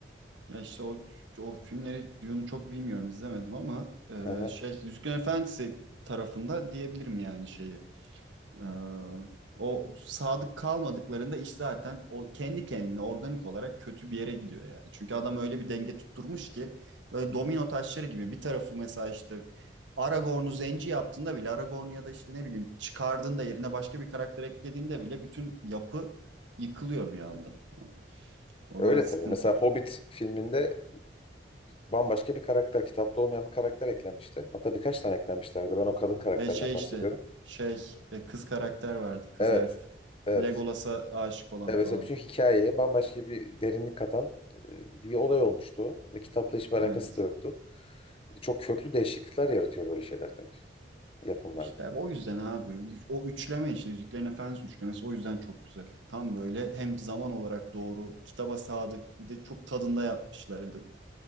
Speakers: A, on the right (about 85°); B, on the left (about 30°).
A: Ya işte o, o filmleri Dune'u çok bilmiyorum izlemedim ama e,
B: Hı hı.
A: şey Yüzüklerin Efendisi tarafında diyebilirim yani şeyi. Ee, o sadık kalmadıklarında iş zaten o kendi kendine organik olarak kötü bir yere gidiyor yani. Çünkü adam öyle bir denge tutturmuş ki böyle domino taşları gibi bir tarafı mesela işte Aragorn'u zenci yaptığında bile Aragorn'u ya da işte ne bileyim çıkardığında yerine başka bir karakter eklediğinde bile bütün yapı yıkılıyor bir anda. O
B: Öyle
A: biraz
B: tabii.
A: sıkıntı.
B: Mesela Hobbit filminde bambaşka bir karakter, kitapta olmayan bir karakter eklenmişti. Hatta birkaç tane eklenmişlerdi. Ben o kadın karakterden
A: E şey
B: bahsediyorum.
A: işte şey e, kız karakter vardı kız
B: Evet.
A: elf.
B: Evet.
A: Legolas'a aşık olan
B: Evet, mesela
A: falan.
B: bütün hikayeye bambaşka bir derinlik katan e, bir olay olmuştu. o. Ve kitapla hiçbir alakası
A: Evet.
B: da yoktu. Çok köklü değişiklikler yaratıyor böyle şeyler tabii yapımlarda.
A: İşte o yüzden abi o üçleme işte Yüzüklerin Efendisi üçlemesi o yüzden çok güzel. Tam böyle hem zaman olarak doğru, kitaba sadık bir de çok tadında yapmışlardı.